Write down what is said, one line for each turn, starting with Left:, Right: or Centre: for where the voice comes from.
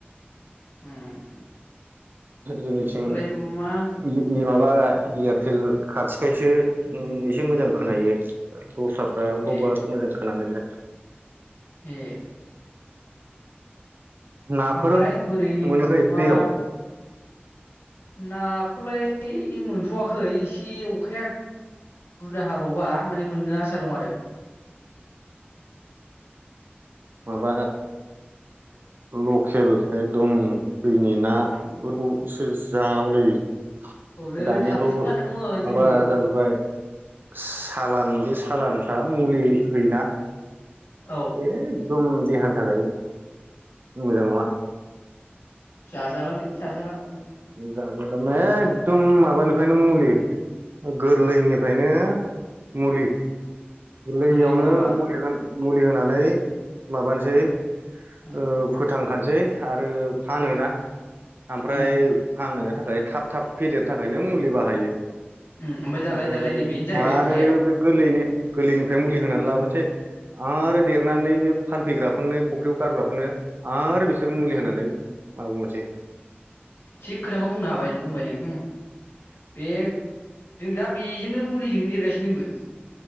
Left: उम
Right: जोंनिथिं
Left: बेखौलाय मा
Right: माबा
Left: औ
Right: इय हेल खाथिखायसो एसे मोजां खोनायो दस्रा बहत
Left: ए
Right: मोजां खोनानो नागिरा
Left: ए
Right: नाफोर
Left: ओमफ्राय बोरै
Right: मोनाखै
Left: मा
Right: दैयाव
Left: नाखौलाय मोनथ'वाखै एसे अखाया बुरजा हाबावबा माने मोननो आसा दं आरो
Right: माबा लकेल एकदम दैनि नाफोरखौसे जानांगौलायो
Left: औलै
Right: दानियाथ'
Left: थांनो सानदोंमोन जोङो
Right: माबा ज जगाय सालान बे सालानफ्रा मुलि होयोना
Left: औ
Right: ए एकदम देहानि थाखाय मोजां नङा
Left: जाह जला लै जाहाजला
Right: जागर एकदम माबानिफ्रायनो मुलि गोरलैनिफ्रायनो मुलि गोरलैयावनो
Left: मुलि नङाबा
Right: मुलि होनोन मुलि होनानै माबानोसै
Left: उम
Right: ओ फोथां बुंखानोसै आरो फानो
Left: उम
Right: ना ओमफ्राय
Left: उम
Right: फनो थाखाय थाब थाब फेदेरनो थाखायनो मुलि बाहायो
Left: उम दालाय
Right: ओमफ्राय
Left: दालाय नै बेनो जाहैबाय
Right: आरो
Left: खोथाया
Right: बे गोरलैनि गोरलैनिफ्राय मुलि होनानै लाबोसै आरो
Left: उम
Right: देरनानै बे फानफैग्राफोरनो फुख्रियाव गारग्राफोरनो आरो बे बिसोर मुलि
Left: उम
Right: होनानै म बुंनोसै
Left: थिग खोथाखौ बुंनो हाबाय बुंबाय नों बे जों दा बेजोंनो मुलिजोंनो देरगासिनो बो